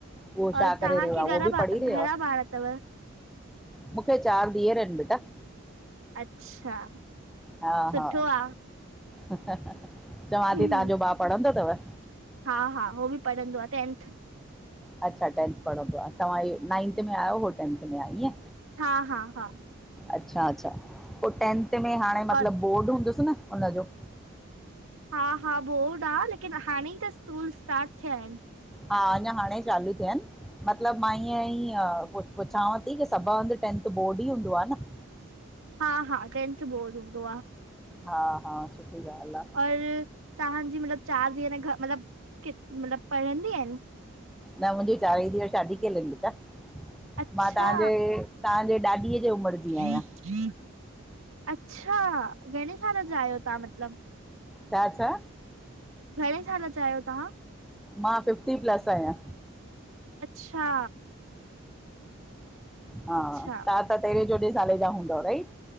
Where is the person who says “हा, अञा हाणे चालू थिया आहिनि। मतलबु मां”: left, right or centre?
Centre